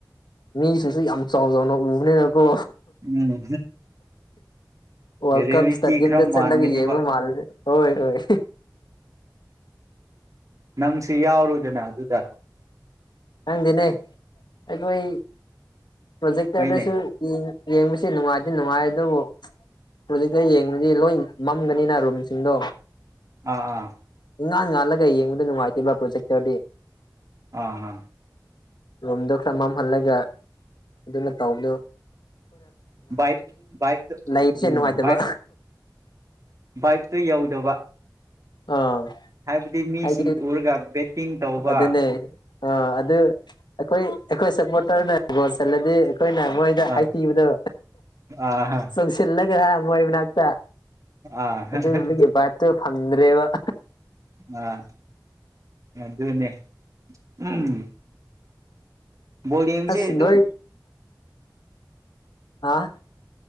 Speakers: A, on the left; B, on the right.
A: ꯃꯤꯁꯤꯡꯁꯨ ꯌꯥꯝ ꯆꯥꯎ ꯆꯥꯎꯅ ꯎꯕꯅꯤꯅꯀꯣ
B: ꯎꯝ
A: ꯋꯥꯔꯜ
B: ꯔꯤꯌꯦꯂꯤꯇꯤ
A: ꯀꯞ ꯁ꯭ꯇꯦꯗꯤꯌꯝꯗ
B: ꯈꯔ
A: ꯆꯠꯂꯒ
B: ꯃꯥꯟꯒꯅꯦꯕ
A: ꯌꯦꯡꯕ ꯃꯥꯜꯂꯦ ꯍꯣꯏ ꯍꯣꯏ꯫
B: ꯅꯪꯁꯤ ꯌꯥꯎꯔꯨꯗꯅ ꯑꯗꯨꯗ꯫
A: ꯈꯪꯗꯦꯅꯦ ꯑꯩꯈꯣꯏ ꯄ꯭ꯔꯣꯖꯦꯛꯇꯔꯗꯁꯨ
B: ꯍꯣꯏꯅꯦ
A: ꯌꯦꯡ ꯌꯦꯡꯕꯁꯤ ꯅꯨꯡꯉꯥꯏꯗꯤ ꯅꯨꯡꯉꯥꯏ ꯑꯗꯨꯕꯨ ꯄ꯭ꯔꯣꯖꯦꯛꯇ ꯌꯦꯡꯕꯗꯤ ꯂꯣꯏ ꯃꯝꯒꯅꯤꯅ ꯔꯨꯝꯁꯤꯡꯗꯣ꯫
B: ꯑꯥ ꯫
A: ꯏꯉꯥꯟ ꯉꯥꯜꯂꯒ ꯌꯦꯡꯕꯗ ꯅꯨꯡꯉꯥꯏꯇꯦꯕ ꯄ꯭ꯔꯣꯖꯦꯛꯇꯔꯗꯤ꯫
B: ꯑ ꯑ꯫
A: ꯔꯨꯝꯗꯣ ꯈꯔ ꯃꯝꯍꯜꯂꯒ꯫ ꯑꯗꯨꯅ ꯇꯧꯕꯗꯨ꯫
B: ꯕꯥꯏꯛ ꯕꯥꯏꯞꯇ
A: ꯂꯩꯕꯁꯦ
B: ꯎꯝ
A: ꯅꯨꯡꯉꯥꯏꯇꯕ
B: ꯕꯥꯏꯛ ꯕꯥꯏꯞꯇ ꯌꯧꯗꯕ
A: ꯑꯥ
B: ꯍꯥꯏꯕꯗꯤ ꯃꯤꯁꯤꯡ
A: ꯍꯥꯏꯗꯤ
B: ꯎꯔꯒ ꯕꯦꯠꯇꯤꯡ ꯇꯧꯕ
A: ꯑꯗꯨꯅꯦ ꯑꯥ ꯑꯗꯨ ꯑꯩꯈꯣꯏ ꯑꯩꯈꯣꯏ ꯁꯄꯣꯔꯠꯇꯧꯅ ꯒꯣꯜ ꯆꯜꯂꯗꯤ ꯑꯩꯈꯣꯏꯅ ꯃꯣꯏꯗ
B: ꯑꯥ
A: ꯍꯥꯏꯊꯤꯕꯗꯣ
B: ꯑꯥ
A: ꯆꯣꯡꯁꯤꯜꯂꯒ ꯃꯣꯏ ꯃꯅꯥꯛꯇ
B: ꯑꯥ
A: ꯑꯗꯨꯒꯨꯝꯕꯒꯤꯚꯥꯏꯞꯇꯨ ꯐꯪ ꯆꯗ꯭ꯔꯕ
B: ꯑꯥ ꯑꯗꯨꯗꯅꯦꯅꯦ ꯎꯝ ꯣꯔꯤꯦꯝꯁꯦ
A: ꯑꯁ
B: ꯑꯗꯨ
A: ꯅꯣꯏ ꯑꯥ